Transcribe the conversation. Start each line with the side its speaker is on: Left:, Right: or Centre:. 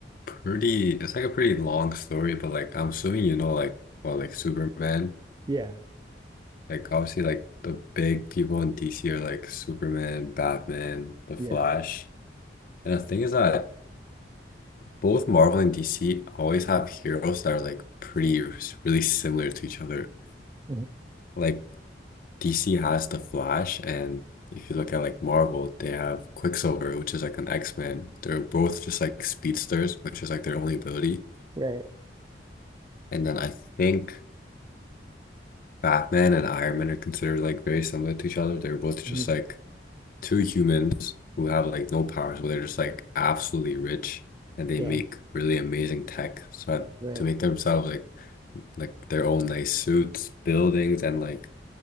Left: pretty it's like a pretty long story, but like I'm assuming you know like well like Superman.
Right: yeah
Left: Like obviously like the big people in DC are like Superman, Batman, The
Right: yeah
Left: Flash. And the thing is that both Marvel and DC always have heroes that are like pretty really similar to each other.
Right: mhm,
Left: Like DC has the Flash, and if you look at like Marvel, they have Quicksilver, which is like an X-Man. They're both just like speedsters, which is like their only ability.
Right: right
Left: And then I think Batman and Iron Man are considered like very similar to each other. They're both
Right: mhm,
Left: just like two humans who have like no powers, but they're just like absolutely rich and they
Right: yeah
Left: make really amazing tech. So I-
Right: right
Left: to make themselves like like their own nice suits, buildings, and like